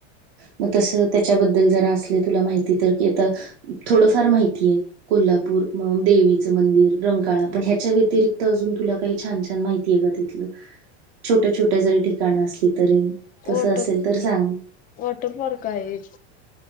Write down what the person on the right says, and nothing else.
मग तस त्याच्याबद्दल जरा असल तुला माहिती तर तिथ थोडस फार माहितीय कोल्हापूर म देवीचं मंदिर रंकाळा पण ह्याच्या व्यतिरिक्त अजून तुला काही छान छान माहिती आहे का तिथलं छोट्या छोट्या जरी ठिकाणं असल तरी
तसं असेल तर सांग